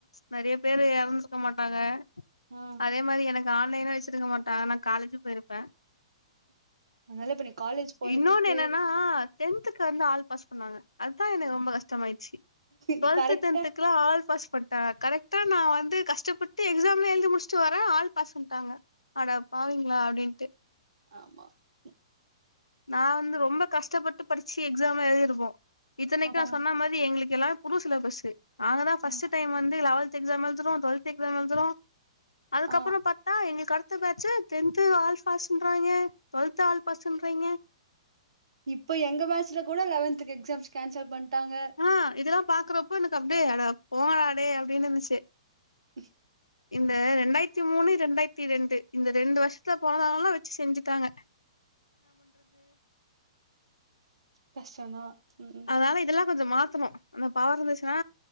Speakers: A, on the left; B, on the right.
A: நெறைய பேரு எறந்துர்க்க மாட்டாங்க
B: ம்
A: அதே மாரி எனக்கு ஆன்லைனே வச்சிருக்க மாட்டாங்க நா காலேஜ் போய்ருப்பே
B: அதனால இப்ப நீங் காலேஜ் போறதுக்கு
A: இன்னொன்னு என்னன்னா தென்துக்கு வந்து ஆல் பாஸ் பண்ணாங்க அதுதா எனக்கு ரொம்ப கஷ் ட்டாமாயிடுச்சு
B: நீ
A: டுவெல்த்
B: கரெக்டா
A: டென்த்துக்கலா ஆல் பாஸ் பண் தா கரெக்டா நா வந்து கஷ்டப்பட்டு எக்ஸாம் எழுதி முடிச்சுட்டு வரேன் ஆள் பாஸ்ட்டாங்க அட பாவீங்களா அப்டின்ட்டு
B: ஆமா ம்
A: நா வந்து ரொம்ப கஷ்டப்பட்டு படிச்சு எக்ஸாம எழுதிருக்கோ இத்தனைக்கு
B: ஆமா
A: நா சொன்ன மாரி ரி எங்களுக்கெல்லா புது சிலபஸு நாங்க தா ஃபர்ஸ்ட்
B: ஆ
A: டைம் வந்து லெவன்த் எக்ஸா எழுதுறோ டுவெல்த் எக்ஸாம் எழுதுற அதுக்கப்பறம்
B: ஆ
A: பத் த்தா எங்களுக்கு அடுத்த பேட்ச்சு டென்து ஆல் பாஸ் றாங்ர்கே டுவெல்த் ஆல் பாஸ்றாய்ங்கே
B: இப்ப எங்க பேட்சல கூட லெவன்துக்கு எக்ஸாம்ஸ் கேன்சல் பண்ட்டாங்க
A: ஆ இதெல்லா பாக்குறப்போ எனக்கு அப்டியே அட போங்கடா டே அப்டினு இருந்துச்சு
B: ஹ
A: இந்த ரெண்டாயிரத்தி மூணு ரெண்டாயிரத்தி ரெண்டு இந்த ரெண்டு வருஷத்துல பொறந்தவங்க எல்லா வெச்சு செஞ்சுட்டாங் <inaudible>
B: கஷ்டோ தா ம் ம்
A: அதனால இதெல்லா கொஞ்சோ மாத்தணு அந்த பவர் இருந்துச்சுனா